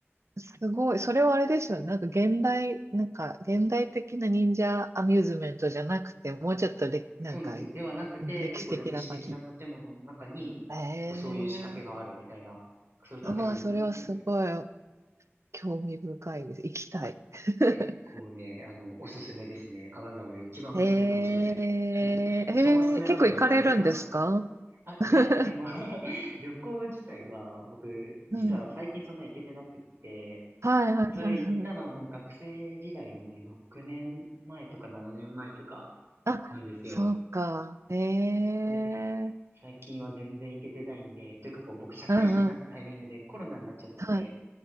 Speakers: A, on the right; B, on the right.
A: すごい。それはあれですよね。なんか現代、なんか現代的な忍者アミューズメントじゃなくて、もうちょっとで、なんか
B: そうなんですよ。ではなくて、
A: 歴史的な感じ。
B: 結構歴史的な建物の中に、
A: ええ
B: こうそういう仕掛けがあるみたいな、そういう建物なんですよね。
A: ああ、それはすごい興味深いです。行きたい。<laughs>
B: 結構ね、あの、おすすめですね。金沢で一番おすすめかもしれないです。
A: ええええ結構行かれるんですか
B: 一番おすすめなのに忘れてました。あ、
A: <laughs>
B: いや、でも <laughs> 旅行自体は僕、
A: うん。
B: 実は最近そんな行けてなくって、
A: はいはいはいはい。
B: それ行ったのもう学生時代なんで6年前とか7年前とか
A: あ、
B: なんですよ。
A: そうか。ええ
B: で、最近は全然行けてないんで、というかこう僕社会人になったタイミングでコロナになっちゃったんで、
A: うんうん。はい。